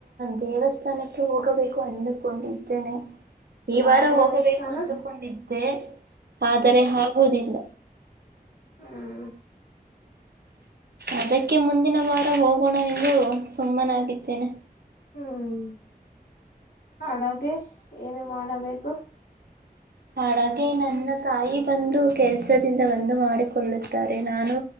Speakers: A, on the right; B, on the left.
A: ದೇವಸ್ಥಾನಕ್ಕೆ ಹೋಗಬೇಕು. ಅನ್ಕೊಂಡಿದೆ ತೆನೆ ಈ ವಾರ
B: ಆ ದೇವಸ್ಥಾನ
A: ಹೋಗಬೇಕು ಅಂದುಕೊಂಡೀದೆ ಅ ಆದರೆ ಆಗುವುದಿಲ್ಲ
B: ಹ್ಮ
A: ಅದಕ್ಕೆ ಮುಂದಿನ ವಾರ ಹೋಗೋಣ ಎಂದು ಸುಮ್ಮನಾಗಿದ್ದೇನೆ
B: ಹ್ಮ್ ಅಡಗೆ ಏನು ಮಾಡಬೇಕು
A: ಅಡಗೆ ನನ್ನ ತಾಯಿ ಬಂದು ಕೆಲ್ಸದಿಂದ ಬಂದು ಮಾಡಿಕೊಳ್ಳುತ್ತಾರೆ ನಾನು